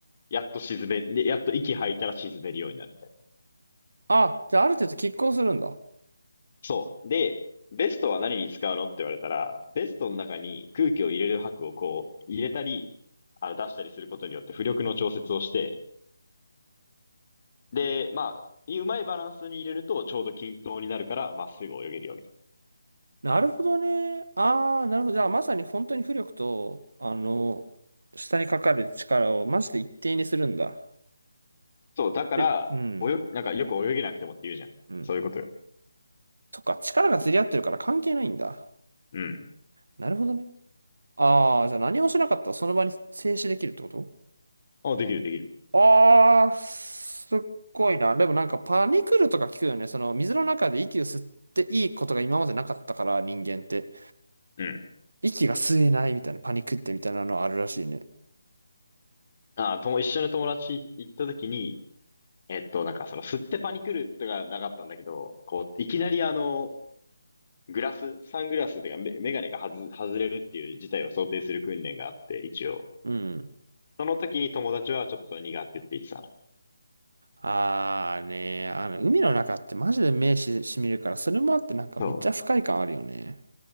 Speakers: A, on the left; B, on the right.
A: やっと沈め、で、やっと息吐いたら沈めるようになるみたいな。
B: あ、じゃあ、ある程度拮抗するんだ。
A: そう。で、ベストは何に使うのって言われたら、ベストの中に空気を入れる箔をこう入れたり、あの出したりすることによって浮力の調節をして、で、まあ、うまいバランスに入れるとちょうど均等になるからまっすぐ泳げるよ、みたいな。
B: なるほどね。ああ、なるほど。じゃあ、まさに本当に浮力と、あの、下にかかる力をマジで一定にするんだ。
A: そう、だから、
B: え、うん、
A: 泳、なんかよく泳げなくてもって言うじゃん。
B: うん。
A: そういうことよ。
B: そっか、力が釣り合ってるから関係ないんだ。
A: うん。
B: なるほどね。ああ、じゃあ何もしなかったらその場に静止できるってこと
A: あ、できるできる。
B: ああ、すっごいな。でもなんかパニクルとか聞くよね。その水の中で息を吸っていいことが今までなかったから人間って。
A: うん。
B: 息が吸えないみたいなパニクってみたいなのあるらしいね。
A: あ、とも、一緒に友達行った時に、えっと、なんかその、吸ってパニクるとかなかったんだけど、こう、いきなりあの、グラス、サングラスというかメ、メガネが外、外れるっていう事態を想定する訓練があって、一応。
B: うん。
A: その時に友達はちょっと苦手って言ってたな。
B: ああね、あの海の中ってマジで目し、しみるから、それもあってなんかめっちゃ不快感あるよね。
A: そう。